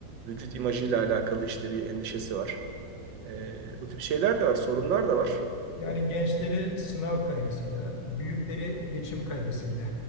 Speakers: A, on the right; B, on the left.
A: Vücut imajıyla alakalı işte bir endişesi var. Ee, bu tip şeyler de var. Sorunlar da var.
B: Yani gençleri sınav kaygısıyla, büyükleri geçim kaygısıyla